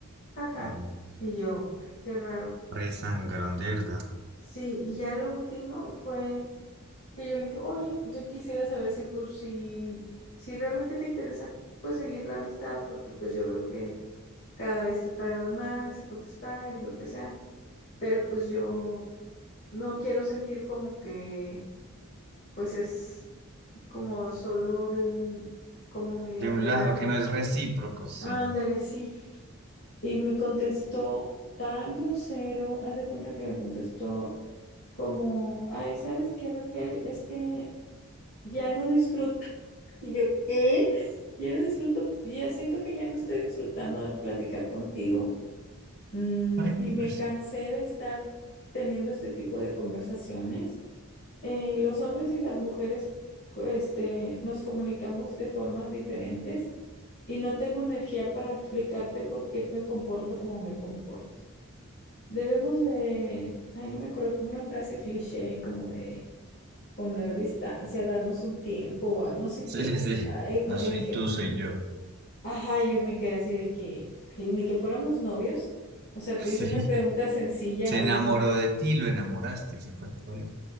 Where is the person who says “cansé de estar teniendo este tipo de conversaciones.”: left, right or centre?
Left